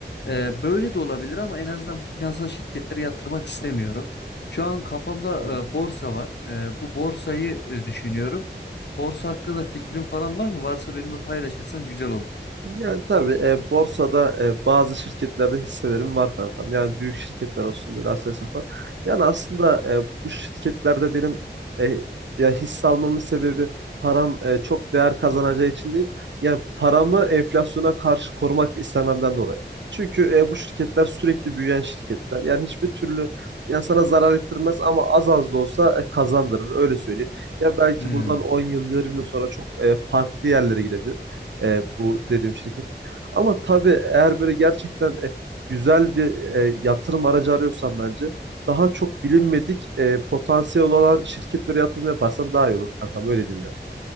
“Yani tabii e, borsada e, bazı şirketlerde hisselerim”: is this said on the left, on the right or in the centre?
Right